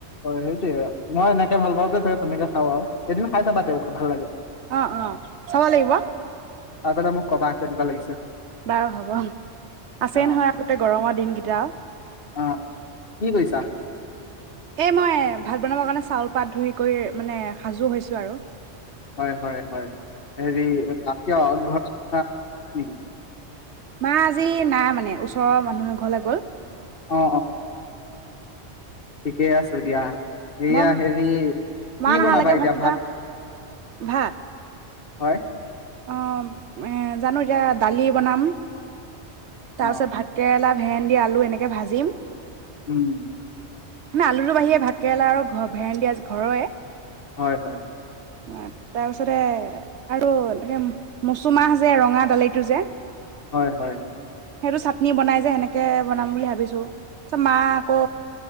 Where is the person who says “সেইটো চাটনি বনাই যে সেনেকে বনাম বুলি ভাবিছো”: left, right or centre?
Right